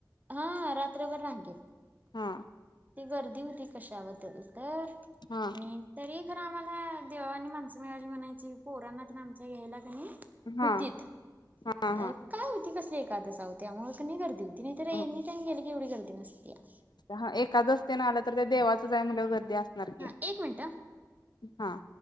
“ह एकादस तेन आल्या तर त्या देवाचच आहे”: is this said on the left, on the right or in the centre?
Left